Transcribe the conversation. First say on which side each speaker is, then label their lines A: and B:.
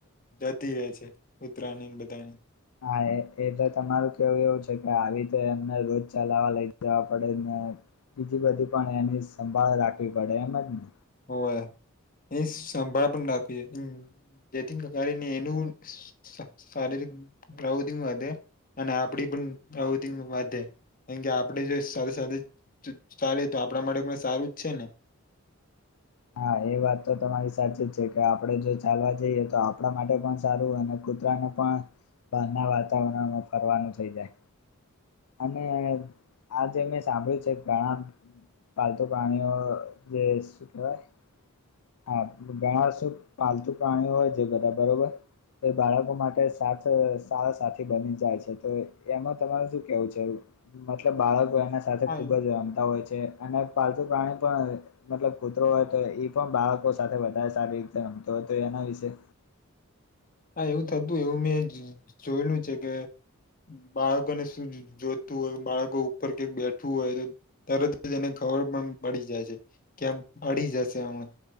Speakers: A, on the left (about 40°); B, on the left (about 80°).
A: જતી રહે છે ઉતરાયની બધાની.
B: હા એ એટલે તમારું કેવું એવું છે કે આવી રતે એમને રોજ ચલાવવા લઈ જવા પડે ને. બીજી બધી પણ એની સંભાળ રાખવી પડે એમજ ને.
A: ઓવે એ સંભાળ પણ રાખ હમ. જેન કકારને એનું શારીરિક વધે. અને આપડી પણ આવધ વાત. કારણ કે આપણેે જો સાથે સાથે ચાલે તો આપણા માટે પણ સારું જ છે ને.
B: હા એ વાત તો તમારી સાચી જ છે કે આપડે જો ચાલવા જઈએ તો આપણા માટે પણ સારું અને. કતરાને પણ બહારના વાતાવરણમાં ફરવાનું થઈ જાય. અને આજ મેં સાંભળ્યું છે ઘણા. પાલતુ પ્રણીઓ જે શું કેવાય. હા ઘણા શું પાલતુ પ્રાણીઓ હોય જે બધા બરોબર. એ બાળકો માટે સા સારા સાથી બની જાય છે તો એમાં તમારે શું કેવું છે. મતલબ બાળક. એના સાથે
A: હા
B: ખૂબ જ રમતા હોય છે અને પાલતુ પ્રાણી પણ મતલબ કૂતરો હોય તો એ. પણ બાળકો સાથે વધારે સારી રીતે રમતો હતો એના વિશે.
A: હા એવું થતું એવું મેં જોયેલું છે કે. બાળકોને શું જોતતું હોય બાળકો ઉપર કઈક બેઠવું હોય તરત જ એને. ખબર પણ પડી જાય છે કેમ પડી જશે હમણા